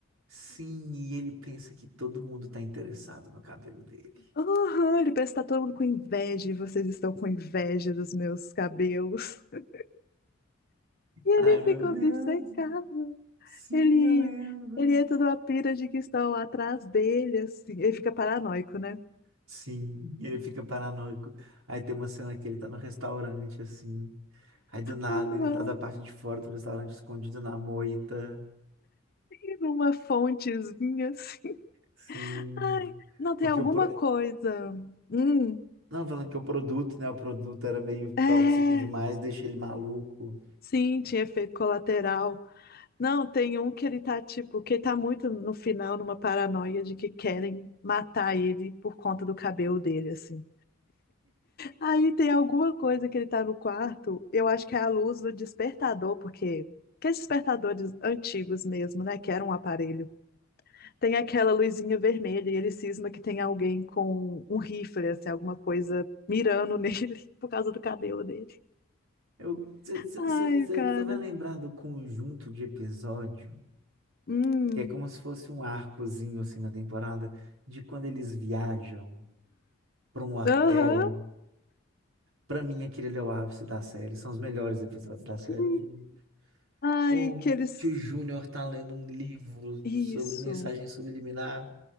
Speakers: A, on the right; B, on the left.
A: Sim, e ele pensa que todo mundo tá interessado no cabelo dele.
B: Aham, ele pensa que tá todo mundo com inveja e vocês estão com inveja dos meus cabelos. <laughs> E ele
A: Ai, meu
B: fica
A: Deus.
B: obcecado.
A: Sim,
B: Ele,
A: eu lembro.
B: ele entra numa pira de que estão atrás dele, assim. Ele fica paranoico, né?
A: Sim, ele fica paranoico. Aí tem uma cena que ele tá no restaurante, assim. Aí do nada
B: Aham,
A: ele tá da parte de fora do restaurante escondido na moita.
B: e numa fontezinha assim.
A: Sim,
B: Ai, não, tem
A: porque
B: alguma
A: o, pro-
B: coisa. Hum,
A: Não, falando que o produto, né? O produto era meio
B: é.
A: tóxico demais, deixa ele maluco.
B: Sim, tinha efeito colateral. Não, tem um que ele tá tipo, que ele tá muito no final numa paranoia de que querem matar ele por conta do cabelo dele, assim. Aí tem alguma coisa que ele tá no quarto, eu acho que é a luz do despertador, porque aqueles despertadores antigos mesmo, né, que era um aparelho. Tem aquela luzinha vermelha e ele cisma que tem alguém com um rifle, assim, alguma coisa mirando nele <laughs> por causa do cabelo dele.
A: Eu, você
B: Ai, cara.
A: vai lembrar do conjunto de episódio,
B: Hum.
A: que é como se fosse um arcozinho assim na temporada, de quando eles viajam para um hotel.
B: Aham.
A: Pra mim, aquele ali é o ápice da série, são os melhores episódios da série.
B: Hum.
A: gente.
B: Ai,
A: Ou
B: que eles
A: que o Júnior tá lendo um livro
B: Isso.
A: sobre mensagem subliminar,